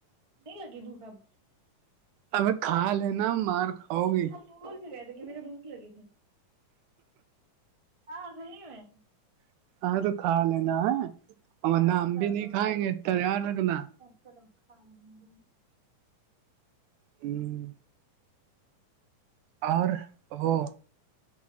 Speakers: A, on the right; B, on the right.
A: نہیں لگے بھوکمپ
B: اب کھا لینا مار کھاؤ
A: ہم
B: گی
A: ہم بھول سے گئے تھے کہ میرے بھوک لگی تھی ہاں صحیح میں
B: آ تو کھا لے نا ہ اور
A: سر
B: ن ہم
A: درد
B: بھی نہیں
A: ہو
B: کائیں
A: رہا ہے
B: گے تیار رکھنا
A: چلو کھا ہوں گ
B: ہوں اور وہ